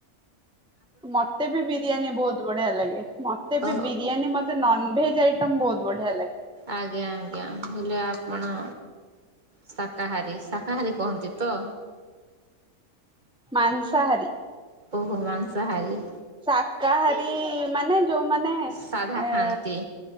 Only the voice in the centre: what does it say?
ମତେ ବି ବିରିୟାନୀ ବୋହୁତ ବଢିଆ ଲାଗେ ମତେ
ବି ବିରିୟାନୀ ମ ତେ ନନଭେଜ୍ ଆଇଟମ୍ ବୋହୁତ ବଢିଆ ଲାଗେ।
ମାଂସହାରୀ।
ଶାକାହାରୀ ମାନେ ଯୋଉମାନେ ଏ